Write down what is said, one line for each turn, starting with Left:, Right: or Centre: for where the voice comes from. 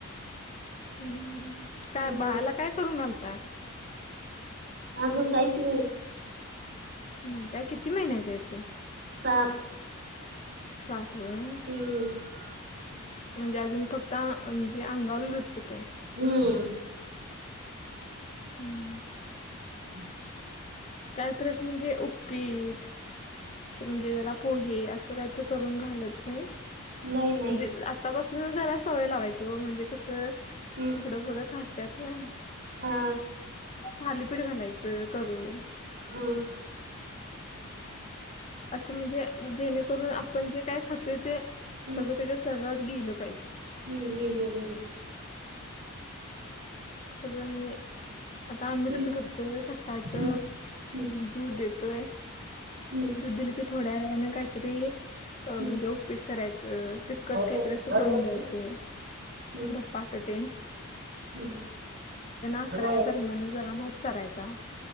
Left: हम् काय
Right: हम्म
Left: बाळाला काय करून घालताय?
Right: अजून काहीच नाही.
Left: नाही काय किती महिन्याच आहे तेे?
Right: सात
Left: सात वयं.
Right: हम्म
Left: म्हणजे अजून फक्त म्हणजे अंगावर दूध पित.
Right: हम्म
Left: हम्म
Right: हम्
Left: कायतरी अस म्हणजे उपीट म्हणजे जरा पोहे असं काय तर करून घालत नाही
Right: नाही नाही
Left: म्हणजे आतापासून जरा सवय लावायची म्हणजे कसं.
Right: हम्म
Left: थोडं थोडं खातात ना
Right: हा
Left: खालीपीठ घालायचं करून.
Right: हम्म
Left: असं म्हणजे जेणेकरून आपण जे काय खातोय ते
Right: हम्म
Left: सगळं त्याच्या शरीरात गेलं पाहिजे.
Right: हम्म हम् हम् हम.
Left: सगळं म्हणजे आता आम्ही
Right: हम्म
Left: कसं करतोय सकाळचं
Right: हम्म हम्म
Left: दूध देतोय
Right: हम्म
Left: दूध दिलं की थोड्या वेळने काहीतरीअ
Right: हम्म
Left: म्हणजे, पीट करायचं तिक कट
Right: काय
Left: काहीतरी
Right: कर
Left: असं
Right: काय
Left: करून
Right: करती?
Left: द्यायचं
Right: हम्म
Left: धपाटेतेन.
Right: हम्म!
Left: अकराच्या
Right: <unintelligible> <unintelligible> हम
Left: दरम्यान जरा भात करायचा.